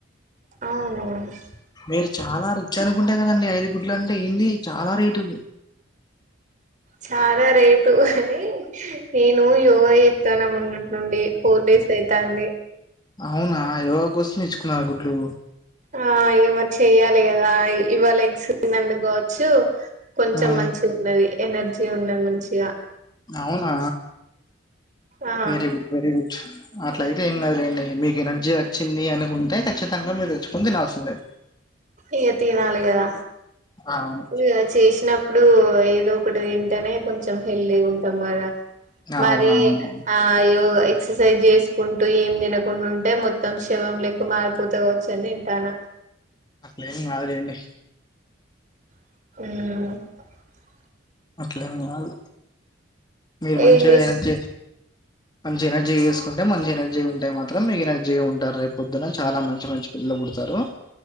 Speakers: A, on the right (about 40°); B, on the left (about 20°).
A: అవును
B: మీరు చాలా రిచ్ అనుకుంటే కదండి ఐదు గుడ్లు అంటే ఏంది చాలా రేటు
A: చాలా రేటు అ నేను ఓవర్ చెత్తనువ నుండి ఫోర్ డేస్ అయితాంది
B: అవునా ఇగ కోసంతేచ్చుకున్నారు గుడ్లు
A: ఆ ఏమో చెయ్యాలి కదా ఇవాళ ఎగ్స్ వండుకోవచ్చు కొంచెం
B: ఆ
A: మంచిగా ఉండది ఎనర్జీ ఉండదు మంచిగా
B: అవునా
A: ఆ
B: వెరి గుడ్ వెరీ గుడ్ అట్లయితే ఏం కాదులెండి మీకు ఎనర్జీ వచ్చింది అనుకుంటే ఖచ్చితంగా మీరు తెచ్చుకొని తినల్సిందే
A: ఇక తినాలి కదా
B: అవును
A: ఇగ చేసినప్పుడు ఏ ఏదో ఒకటి తింటేనే కొంచెం హెల్తీగా ఉంటాం కదా
B: అవునవునవును
A: మరి ఆ ఇవుగా ఇవ్ ఎక్ససైయిజ్ చేసుకుంటూ ఏం తినకుండా ఉంటే మొత్తం శవం లెక్క మారిపోతగావచ్చుని తింటాన
B: అట్లేం కాదులేండి
A: మ్మ్
B: అట్లేం గాదు మీరు మంచిగా
A: ఏం చేస్
B: ఎనర్జీ మంచి ఎనర్జీ వేసుకుంటే మంచి ఎనర్జీ ఉంటే మాత్రం ఎనర్జీ ఉంటారు రేపు పొద్దున చాలా మంచి మంచి పిల్లలు పుడతారు